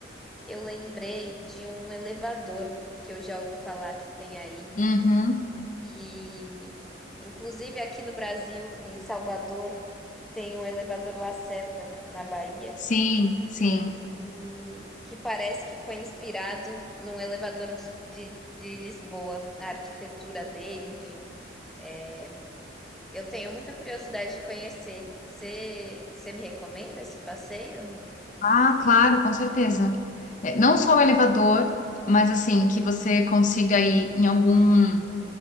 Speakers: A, in the centre; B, on the left (about 45°).
A: eu lembrei de um elevador que eu já ouvi falar que tem aí.
B: uhum.
A: que inclusive aqui no Brasil, em Salvador, tem um elevador Lacerda na Bahia,
B: Sim, sim.
A: e que parece que foi inspirado num elevador de, de, de Lisboa, a arquitetura dele, enfim. É, eu tenho muita curiosidade de conhecer. Você você me recomenda esse passeio?
B: Ah, claro, com certeza. É, não só o elevador, mas assim, que você consiga ir em algum